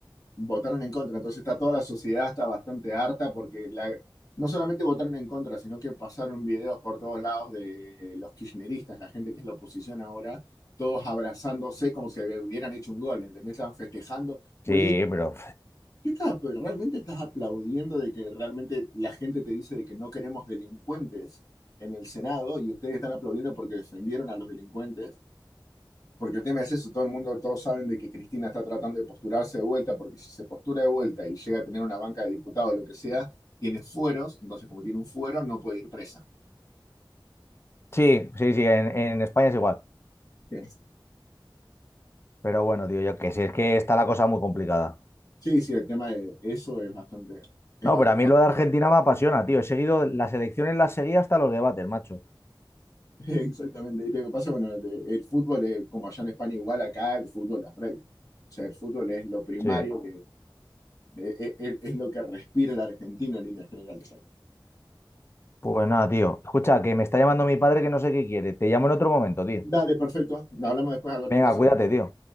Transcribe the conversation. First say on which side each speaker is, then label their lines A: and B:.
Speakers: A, on the left (about 45°); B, on the left (about 30°).
A: votaron en contra. Entonces está toda la sociedad está bastante harta porque la, no solamente votaron en contra, sino que pasaron videos por todos lados de eh, los kirchneristas, la gente que es la oposición ahora, todos abrazándose como si hubieran hecho un gol, ¿entendés? Estaban festejando. Buenísimo.
B: Sí, pero.
A: ¿Qué estás, apl- realmente estás aplaudiendo de que realmente la gente te dice de que no queremos delincuentes en el Senado y ustedes están aplaudiendo porque defendieron a los delincuentes? Porque el tema es eso, todo el mundo, todos saben de que Cristina está tratando de posturarse de vuelta, porque si se postura de vuelta y llega a tener una banca de diputados o lo que sea, tiene fueros, entonces como tiene un fuero, no puede ir presa.
B: Sí, sí, sí, en, en España es igual.
A: Ustedes-
B: Pero bueno, tío, yo que sé, es que está la cosa muy complicada.
A: Sí, sí, el tema de eso es bastante, es,
B: No,
A: ba-
B: pero
A: es
B: a mí
A: ba-
B: lo de Argentina me apasiona, tío. He seguido las elecciones, las seguí hasta los debates, macho.
A: <laughs> exactamente. Y lo que pasa, bueno, el, el fútbol, es, como allá en España igual, acá el fútbol es rey. O sea, el fútbol es lo primario,
B: Sí.
A: que, es, es- es lo que respira el argentino en líneas generales acá.
B: Pues nada, tío. Escucha, que me está llamando mi padre que no sé qué quiere. Te llamo en otro momento, tío.
A: Dale, perfecto. Hablamos después, Álvaro,
B: Venga,
A: gracias.
B: cuídate, tío.